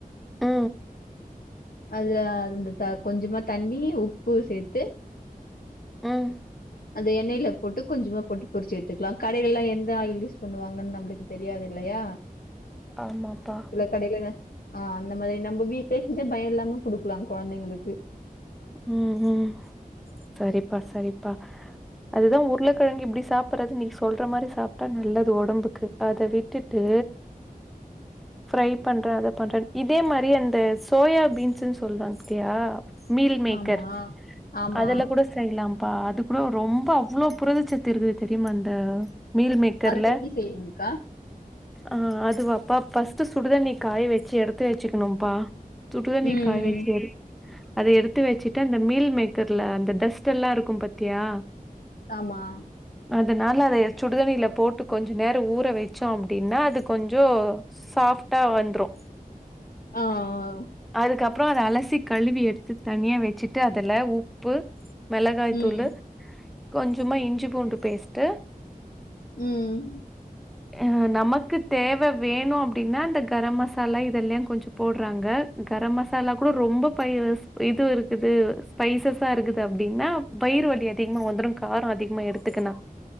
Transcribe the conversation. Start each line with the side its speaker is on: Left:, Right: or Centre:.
Centre: உ
Left: அதுல அந்த கொஞ்சமா தண்ணி உப்பு சேத்து
Centre: ம்
Left: அந்த எண்ணெய்ல போட்டு கொஞ்சமா போட்டு போரிச்சு எடுத்துக்கலா கடைலலா எந்த ஆயில் யூஸ் பண்ணுவாங்கன்னு நம்மளுக்கு தெரியாது இல்லையா
Centre: ஆமாப்பா
Left: கடைலலா ஆ அந்த மாதிரி நம்ம வீட்லே செஞ்ச பயோ இல்லாம குடுக்கலா குழந்தைங்களுக்கு
Centre: உ உ சரிப்பா சரிப்பா அதுதா உருளகெழங்கு இப்படி சாப்பிடுறது நீ சொல்ற மாரி சாப்ட்டா நல்லது உடம்புக்கு அத விட்டுட்டு ஃப்ரை பண்றே அத பண்றே இதே மாதிரி அந்த சோயா பீன்ஸ்னு சொல்வாங்க பாத்தியா மீல் மேக்கர்
Left: ஆமா ஆமா
Centre: அதுல கூட ச செய்யலாம்பா அது கூட ரொம்ப அவ்ளோ புரதச்சத்து இருக்குது தெரியுமா அந்த மீல் மேக்கர்ல
Left: அதுல எப்டி செய்வீங்கக்கா
Centre: ஆ அதுவாப்பா ஃபர்ஸ்ட்டு சுடுதண்ணி காய வெச்சி எடுத்து வெச்சிக்கணும்பா சுட்டு தண்ணிய
Left: ம்
Centre: காய வெச்சி
Left: ம்
Centre: எடு அத எடுத்து வெச்சிட்டு அந்த மீல் மேக்கர்ல அந்த டஸ்ட் எல்லா இருக்கு பத்தியா
Left: அமா
Centre: அதனால அதய சுடுதண்ணில போட்டு கொஞ்ச நேரோ ஊற வெச்சோ அப்டின்னா அது கொஞ்சோ சாஃப்டா வந்ரோ
Left: ஆ ஆ
Centre: அதுக்கப்றோ அத அலசி கழுவி எடுத்து தனியா வெச்சுட்டு அதுல உப்பு மொளகாய்
Left: ம்
Centre: தூளு கொஞ்சமா இஞ்சி பூண்டு பேஸ்ட்டு
Left: ம்
Centre: அ நமக்கு தேவ வேணோ அப்டின்னா இந்த கரம் மசாலா இதெல்லா கொஞ்சம் போடுறாங்க கரம் மசாலா கூட ரொம்ப பய் இது இருக்குது ஸ்பைசஸ்ஸா இருக்குது அப்டின்னா வயிறு வலி அதிகமா வந்துடு கரோ அதிகமா எடுத்துக்கண